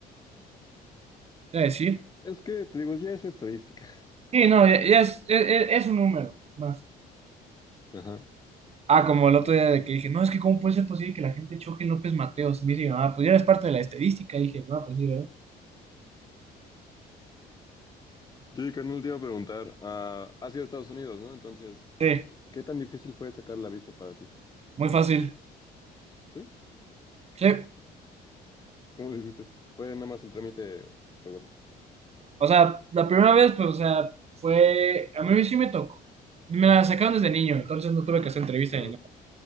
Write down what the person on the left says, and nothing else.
Es que, te digo, ya es estadística.
Ajá.
Sí, carnal, te iba a preguntar, ah, has ido a Estados Unidos, ¿no? Entonces,
¿qué tan difícil fue sacar la visa para ti?
¿Sí?
¿Cómo lo hiciste? ¿Fue nada más el trámite regular?
Ah,